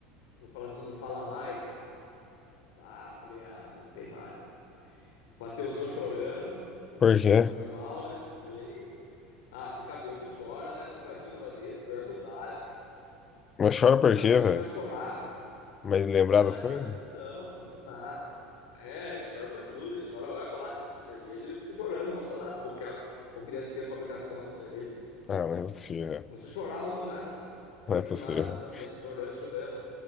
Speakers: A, on the left; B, on the left.
A: Vou falar se não fala mais? Pá, falei, ah, mano, tem mais. Mateusão chorando.
B: Por quê?
A: Normal, né? Ele... Ah, fica bêbado, chora, né? Eu nunca vi um negócio desse. Pior que o Thales, cara.
B: Mas chora por
A: Fica
B: quê,
A: bêbado,
B: velho?
A: começa a chorar, velho.
B: Mas lembrar
A: Ah,
B: das coisas?
A: chora de emoção, fica emocionado. É, ele chora por tudo. Ele chora, olha pra lá de, de cerveja, ele fica chorando, emocionado. Como que, é, a- como que deve ser a fabricação da cerveja?
B: Ah, não é possível.
A: Não se chorar, eu ando nada.
B: Não
A: Tem
B: é
A: que
B: possível.
A: amar, amamento, chorando, chorando.